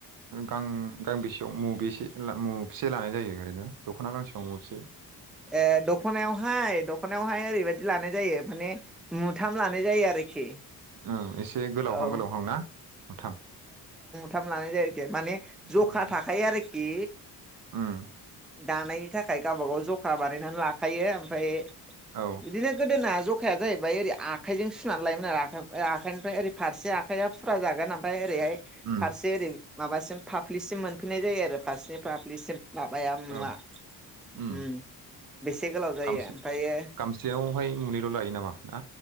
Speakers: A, on the right; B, in the centre.
A: गां-गांबेसेयाव मबेसे मुबेसे लानाय जायो ओरैनो दख'ना गांसेयाव मुबेसे?
B: ए दख'नायावहाय दख'नायावहाय ओरैबायदि लानाय जायो माने मुथाम लानाय जायो आरोखि।
A: औ एसे गोलावहां
B: औ
A: गोलावहां ना मुथाम।
B: थाम लानाय जायो। खि माने जखा
A: उम
B: थाखायो आरोखि।
A: उम
B: दानायनि थाखाय गावबा गाव जखा बानायनानै लाखायो ओमफाय
A: औ
B: बिदिनो गोदोना ज खाया जाहैबाय ओरै आखाइजों सुनानै लायोमोन आरो <unintelligible> आखाइनिफ्राय ओरै फारसे आखाइाया फुरा जागोन ओमफाय ओरैहाय
A: उम
B: फारसे ओरै माबासिम फाफ्लिसिम मोनफैननाय जायो आरो फारसेनि फाफ्लिसिम। माबाया मुवा।
A: औ उम
B: ओम बेसे गोलाव जायो
A: गामसे
B: ओमफायो
A: गामसेयावहाय मुनैल' लायो नामा ना